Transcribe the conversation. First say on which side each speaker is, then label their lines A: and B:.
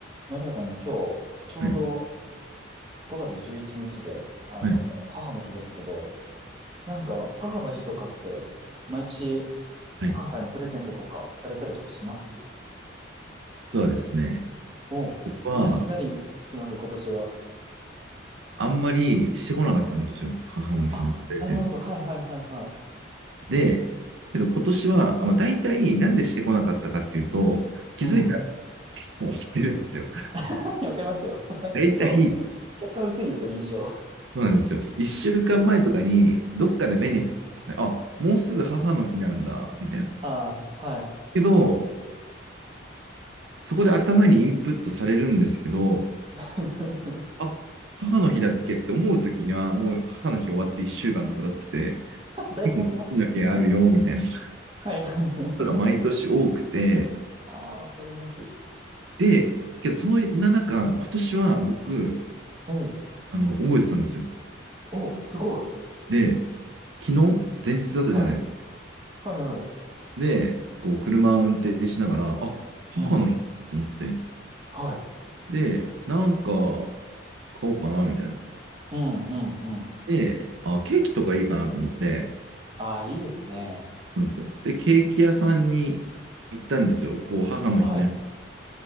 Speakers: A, on the right; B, on the right.
A: マキラさん、あの今日、ちょうど
B: はい。
A: 5月11日で、あの、
B: はい。
A: 母の日ですけど、なんか、母の日とかって、毎年、
B: はい。
A: お母さんにプレゼントとかされたりとかします
B: 実はですね、
A: おう。
B: 僕は
A: 何、何します今年は。
B: あんまりしてこなかったんですよ。母の日のプレゼント。
A: あ、なるほど。はいはいはいは
B: で、けど今年は、あまあ、大体なんでしてこなかったかっていうと、気づいたら
A: い。うん。
B: もう起きてるんですよ。<laughs>
A: <laughs> わかりますよ。<laughs> なんかちょっと、
B: 大体、
A: 血管薄いですよね、印象。
B: そうなんですよ。一週間前とかに、どっかで目にする、
A: うん。
B: あ、もうすぐ母の日なんだ、みたいな。
A: ああ、はい。
B: けど、そこで頭にインプットされるんですけど、
A: <laughs>
B: あ、母の日だっけって思うときには、もう母の日終わって一週間とか経ってて、
A: だいぶ経ちますね。
B: 父の土だあるよ、みたいなこ
A: はいはいはい。
B: とが毎年多くて、
A: <laughs> ああ、わかります。
B: で、けど、そんな中、今年は僕、
A: おう、
B: あの、覚えてたんですよ。
A: おう、すごい。
B: で、昨日、前日だったじゃない。
A: はい。はいはい。
B: で、こう、車を運転しながら、あ、母の日と思って、
A: うん。はい。
B: で、なんか、買おうかな、みたいな。
A: うんうんうん。
B: で、あ、ケーキとかいいかなと思って、
A: ああ、いいですね。
B: うんですよ。で、ケーキ屋さんに行ったんですよ。こう、母の日ね、
A: はい。